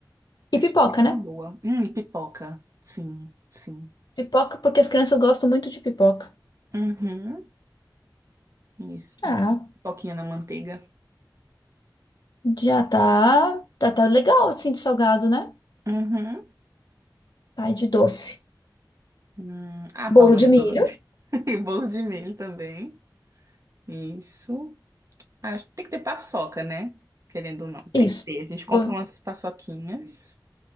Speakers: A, on the right; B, on the left.
A: acho
B: E pipoca,
A: que seria uma
B: né?
A: boa. Hum, e pipoca, sim, sim.
B: Pipoca porque as crianças gostam muito de pipoca.
A: Uhum, isso,
B: Ah,
A: pipoquinha na manteiga.
B: já tá, tá, tá legal assim de salgado, né?
A: Uhum.
B: Tá, e de doce.
A: Hum, ah,
B: Bolo
A: pamonha
B: de milho.
A: doce. <laughs> E bolo de milho também. Isso. Ah, Acho que tem que ter paçoca, né? Querendo ou não. Tem
B: Isso.
A: que ter. A gente compra
B: Bo-
A: umas paçoquinhas.